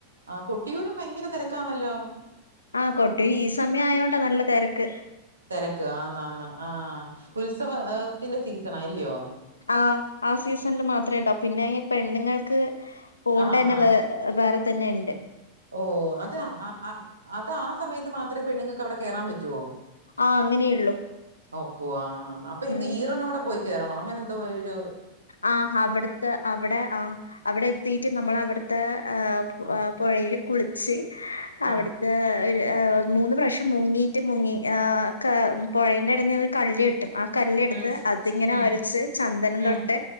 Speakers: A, on the right; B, on the left.
A: ആഹ് കൊട്ടിയൂരും ഭയങ്കര തെരക്കാണല്ലോ.
B: ആഹ് കൊട്ടി ഈ സമയം ആയോണ്ടാ നല്ല തെരക്ക്
A: തെരക്ക് ആന്ന ആന്ന് ആ ഉത്സവത്തിന്റെ സീസണാ ല്ലയോ
B: ആഹ് ആ സീസൺല് മാത്രേണ്ടാവു പിന്നെ ഈ പെണ്ണുങ്ങൾക്ക് പോണ്ടനെ
A: ആഹ് ആഹ്
B: വേ അ് വേറെത്തന്നെണ്ട്.
A: ഓ അത് അ അ അത് ആ സമയത്ത് മാത്രേ പെണ്ണുങ്ങക്ക് അവിടെ കെറാൻ പറ്റുവോ
B: ആ അങ്ങനെയുള്ളൂ
A: ന്നോക്കുവാ അപ്പ എന്ത്
B: ഉം
A: ഈറനോടെ പോയി കേറണോ അങ്ങനെന്തോ ഒരോരു.
B: ആഹ് ഹവിട്ത്ത അവിടെ ആഹ്. അവിടെ എത്തിറ്റ് നമ്മൾ അവിട്ത്തെ ആ പു
A: ആ
B: അ പൊഴെല് കുളിച്ച് അവിട്-
A: ആ
B: ക ഒരു് മൂന്ന് പ്രാവശ്യം മുങ്ങിയിട്ട് മുങ്ങി ങ ക പുഴേന്റെ ഇടനി ഒരു കല്ല്കിട്ടും ആ കല്ലെടുത്ത്
A: ഉം
B: അതിങ്ങനെ
A: ഉം
B: ഒരച്ച് ചന്ദനം
A: ഉം
B: തൊട്ട്